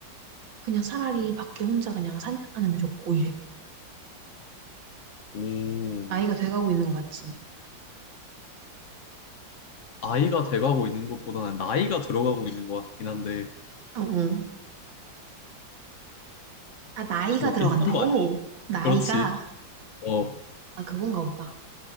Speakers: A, on the right; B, on the left.
A: 그냥 차라리 밖에 혼자 그냥 산책하는 게 좋고 이래.
B: 오.
A: 나이가 돼가고 있는 거 맞지?
B: 아이가 돼가고 있는 것보다는 나이가 들어가고 있는 것 같긴 한데,
A: 어, 어. 아, 나이가
B: 뭐
A: 들어간다고?
B: 비슷한 거, 아...
A: 나이가?
B: 그렇지. 어,
A: 아, 그건가 보다.